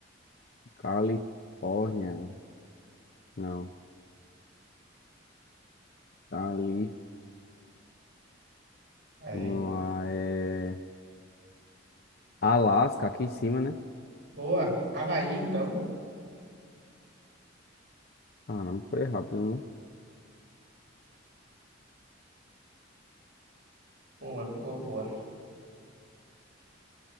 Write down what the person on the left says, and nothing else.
Califórnia. Não. Califórnia.
Vamos lá, é... Alasca, aqui em cima, né?
Caramba, foi rápido, né?